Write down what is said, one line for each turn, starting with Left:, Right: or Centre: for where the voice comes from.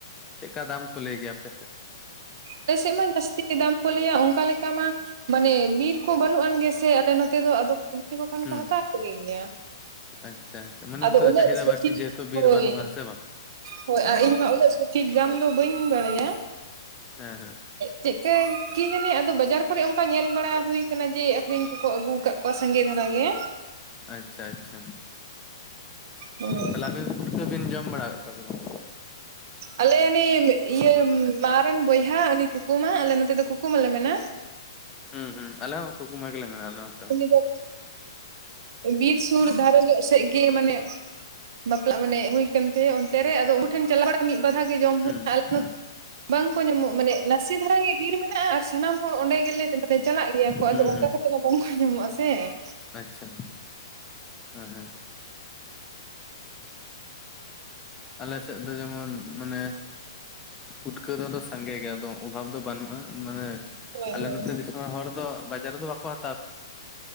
Left: ᱪᱮᱫ ᱠᱟ ᱫᱟᱢ ᱠᱚ ᱞᱟᱹᱭ ᱜᱮᱭᱟ ᱟᱯᱮ ᱥᱮᱫ?
Right: ᱟᱞᱮ ᱥᱮᱫ ᱢᱟ ᱡᱟᱹᱥᱛᱤ ᱫᱟᱢ ᱠᱚ ᱞᱟᱹᱭᱟ ᱚᱱᱠᱟ ᱞᱮᱠᱟ ᱢᱟᱼᱼ ᱢᱟᱱᱮ ᱵᱤᱨ ᱠᱚ ᱵᱟᱹᱱᱩᱜ ᱟᱱ ᱜᱮ ᱥᱮ ᱟᱞᱮ ᱱᱚᱛᱮ ᱫᱚ ᱤᱫᱤ ᱠᱚ ᱠᱷᱟᱱ
Left: ᱦᱩᱸ
Right: ᱠᱚ ᱦᱟᱛᱟᱣ ᱠᱚ ᱜᱮ ᱜᱮᱭᱟ᱾
Left: ᱟᱪᱪᱷᱟ ᱟᱪᱪᱷᱟ ᱢᱟᱱᱮ
Right: ᱟᱫᱚ
Left: ᱚᱱᱛᱮ ᱫᱚ
Right: ᱩᱱᱟᱹᱜ
Left: ᱪᱟᱦᱤᱫᱟ
Right: ᱥᱚᱴᱷᱤᱠ
Left: ᱵᱟᱹᱲᱛᱤ ᱡᱮᱦᱮᱛᱩ ᱵᱤᱨ
Right: ᱦᱳᱭ,
Left: ᱵᱟᱹᱱᱩᱜᱼᱟ ᱦᱮᱸ ᱥᱮ ᱵᱟᱝ
Right: ᱦᱚᱭ ᱟᱨ ᱤᱧ ᱢᱟ ᱩᱱᱟᱹᱜ ᱥᱚᱼᱼ ᱴᱷᱤᱠ ᱜᱟᱢ ᱫᱚ ᱵᱟᱹᱧ ᱵᱟᱲᱟᱭᱟ᱾
Left: ᱦᱮᱸ ᱦᱮᱸ᱾
Right: ᱪᱮᱫ ᱠᱤ ᱡᱟᱱᱮ ᱟᱫᱚ ᱵᱟᱡᱟᱨ ᱠᱚᱨᱮ ᱚᱱᱠᱟ ᱧᱮᱞ ᱵᱟᱲᱟ ᱦᱩᱭ ᱠᱟᱱᱟ ᱡᱮ ᱟᱠᱷᱨᱤᱧ ᱠᱚᱠᱚ ᱟᱹᱜᱩ ᱠᱟᱜᱼᱼ ᱠᱚᱣᱟ ᱥᱟᱸᱜᱮ ᱫᱷᱟᱨᱟ ᱜᱮ᱾
Left: ᱟᱪ ᱪᱷᱟ ᱟᱪ ᱪᱷᱟ
Right: ᱦᱳᱭ
Left: ᱛᱟᱞᱦᱮ ᱟᱵᱤᱱ ᱯᱷᱩᱴᱠᱟᱹ ᱵᱤᱱ ᱡᱚᱢ ᱵᱟᱲᱟ ᱠᱟᱜ ᱠᱚᱣᱟ ᱥᱮ ᱵᱟᱝ?
Right: ᱟᱞᱮ ᱱᱤᱢ ᱤᱭᱟᱹ ᱢᱟ ᱨᱤᱱ ᱵᱚᱭᱦᱟ ᱩᱱᱤ ᱠᱩᱠᱩᱢᱟ ᱟᱞᱮ ᱱᱚᱛᱮ ᱫᱚ ᱠᱩᱠᱩᱢᱟ ᱞᱮ ᱢᱮᱱᱟ
Left: ᱦᱩᱸ ᱦᱩᱸ ᱟᱞᱮ ᱦᱚᱸ ᱠᱩᱠᱩᱢᱟ ᱜᱮᱞᱮ ᱢᱮᱱᱟ ᱟᱞᱮ ᱦᱚᱸ᱾
Right: ᱩᱱᱤ ᱫᱚ ᱵᱤᱨ ᱥᱩᱨ ᱫᱷᱟᱨᱮ ᱧᱚᱜ ᱥᱮᱜ ᱜᱮ ᱢᱟᱱᱮ ᱵᱟᱯᱞᱟᱜ ᱢᱟᱱᱮ ᱦᱩᱭ ᱠᱟᱱ ᱛᱟᱭᱟ ᱚᱱᱛᱮ ᱨᱮ ᱟᱫᱚ ᱩᱱᱠᱩ ᱴᱷᱮᱱ ᱪᱟᱞᱟᱣ ᱢᱤᱫ ᱵᱟᱫᱷᱟᱣ ᱜᱮ ᱡᱚᱢ
Left: ᱦᱩᱸ
Right: ᱦᱩᱭ ᱱᱟ ᱟᱞᱮ
Left: ᱦᱩᱸ
Right: ᱱᱚᱛ ᱵᱟᱝ ᱠᱚ ᱧᱟᱢᱚᱜ-ᱟ ᱢᱟᱱᱮ ᱱᱟᱥᱮ ᱫᱷᱟᱨᱟ ᱜᱮ ᱵᱤᱨ ᱢᱮᱱᱟᱜ-ᱟ ᱟᱨ ᱥᱟᱱᱟᱢ ᱦᱚᱲ ᱚᱸᱰᱮ ᱜᱮᱞᱮ ᱡᱮᱸᱵᱮᱜ ᱪᱟᱞᱟᱜ ᱜᱮᱭᱟ ᱠᱚ ᱟᱫᱚ
Left: ᱦᱩᱸ
Right: ᱚᱱᱠᱟ ᱠᱟᱛᱮᱜ ᱢᱟ ᱵᱟᱝᱠᱩ ᱧᱟᱢᱚᱜ-ᱟ ᱥᱮ ᱾
Left: ᱟᱪ ᱪᱷᱟ ᱦᱮᱸ ᱦᱮᱸ᱾ ᱟᱞᱮ ᱥᱮᱫ ᱫᱚ ᱡᱮᱢᱚᱱ ᱢᱟᱱᱮ ᱯᱩᱴᱠᱟᱹ ᱫᱚ ᱟᱫᱚ ᱥᱟᱸᱜᱮ ᱜᱮᱭᱟ ᱟᱫᱚ ᱚᱵᱷᱟᱵᱽ ᱫᱚ ᱵᱟᱱᱩᱜ-ᱟ ᱢᱟᱱᱮ
Right: ᱦᱳᱭ
Left: ᱟᱞᱮ
Right: ᱦᱳᱭ
Left: ᱱᱚᱛᱮ ᱫᱤᱥᱚᱢ ᱨᱮᱱ ᱦᱚᱲ ᱫᱚ ᱵᱟᱡᱟᱨ ᱨᱮᱫᱚ ᱵᱟᱠᱚ ᱦᱟᱛᱟᱣ